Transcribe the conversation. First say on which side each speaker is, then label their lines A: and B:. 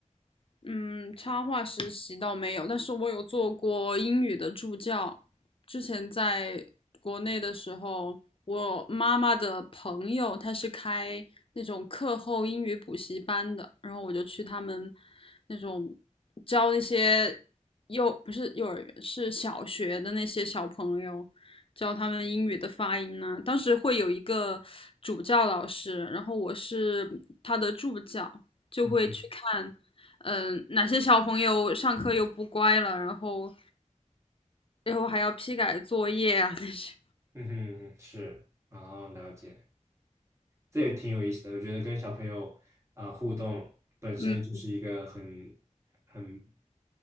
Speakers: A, on the left; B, on the right.
A: 嗯，插画实习倒没有，但是我有做过英语的助教。之前在国内的时候，我妈妈的朋友她是开那种课后英语补习班的，然后我就去他们那种教一些幼，不是幼儿园，是小学的那些小朋友，教他们英语的发音呢、啊当时会有一个主教老师，然后我是他的助教，就会去看。
B: 嗯
A: 嗯、呃哪些小朋友上课又不乖了，然后最后还要批改作业啊那些。
B: 嗯哼，是，然后了解。这也挺有意思的。我觉得跟小朋友啊、呃互动本身就是一个很很
A: 嗯，